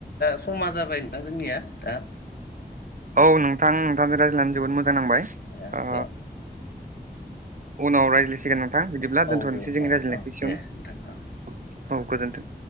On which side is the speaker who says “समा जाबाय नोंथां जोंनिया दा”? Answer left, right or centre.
Left